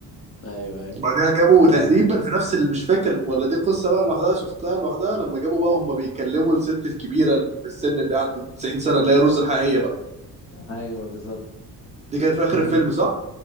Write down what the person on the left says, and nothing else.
ايوه ايوه
اه
ايوه بالظبط
هي
مف...